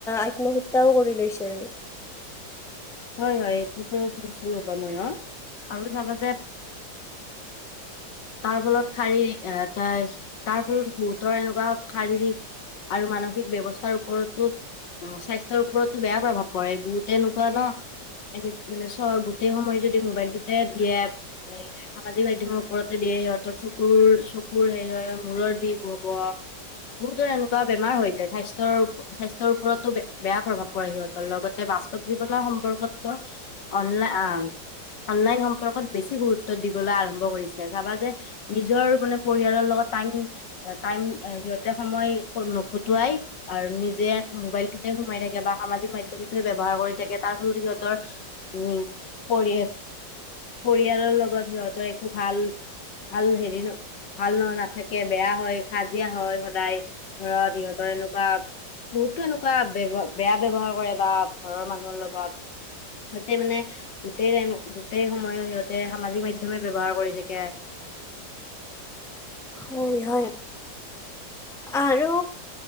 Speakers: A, in the centre; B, on the left.
A: আত্মহত্যাও কৰি লৈছিল
B: হয় হয় এইটোতো শুনিছো ৰ'বা মই অ আৰু চাবা যে, তাৰ ফলত শাৰীৰিক এ তাৰ ফলত বহুতৰ এনেকুৱা শাৰীৰিক আৰু মানসিক ব্যৱস্থাৰ ওপৰতো স্বাস্থ ওপৰতো বেয়া প্ৰভাৱ পৰে বহুত এনেকুৱা ন মানে চ গোটেই সময় যদি মোবাইলটোতে দিয়ে সামাজিক মাধ্য়মৰ ওপৰতে দিয়ে সিহঁতৰ চকুৰ চকুৰ সে হয় মূৰৰ বিষ হব বহুতৰ এনেকুৱা বেমাৰ হৈ যায় স্বাস্থ্য়ৰ স্বাস্থ্যৰ ওপৰতো বেয়া প্ৰভাৱ পৰে সিহঁতৰ লগতে বাস্তৱ জীৱনৰ সম্পৰ্ক, গত অলাই অ' অনলাইন সম্পৰ্কত বেছি গুৰুত্ব দিবলৈ আৰম্ভ কৰিছে চাবা যে নিজৰ মানে পৰিয়ালৰ লগত টাইম টাইম সিহঁতে সময় নখুটোৱাই আৰু নিজে মোবাইলটোতে সোমাই থাকে বা সামাজিক মাধ্মটো ব্যৱহাৰ কৰি থাকে তাৰ সিহঁতৰ উম পৰিয় পৰিয়ালৰ লগত সিহঁতৰ একো ভাল ভাল হেৰি ন ভাল ন নাথাকে বেয়া হয় কাজিয়া হয় সদায় ঘৰত সিহঁতৰ এনেকুৱা বহুতো এনেকুৱা বয়ৱ বেয়া ব্যৱহাৰ কৰে বা ঘৰৰ মানুহৰ লগত সিহতে মানে গোটেই টাইমত গোটেই সময় সিহঁতে সামাজিক মাধ্যমে ব্যৱহাৰ কৰি থাকে
A: হয় হয় আৰু